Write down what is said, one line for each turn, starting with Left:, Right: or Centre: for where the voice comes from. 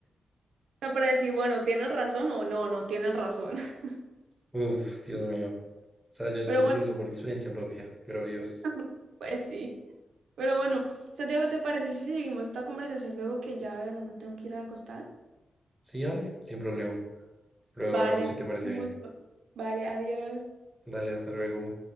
Right: O sea, para decir, bueno, ¿tienen razón o no, no tienen razón? <laughs>
Centre: Uf, Dios mío. O sea, yo, yo
Right: Pero
Centre: te
Right: bueno,
Centre: lo digo por experiencia propia, pero Dios.
Right: <laughs> pues sí. Pero bueno, Santiago, ¿te parece si seguimos esta conversación luego que ya de verdad me tengo que ir a acostar?
Centre: Sí, dale, sin problema. Luego
Right: Vale,
Centre: hablamos si te parece
Right: un
Centre: bien.
Right: gusto. Vale, adiós.
Centre: Dale, hasta luego.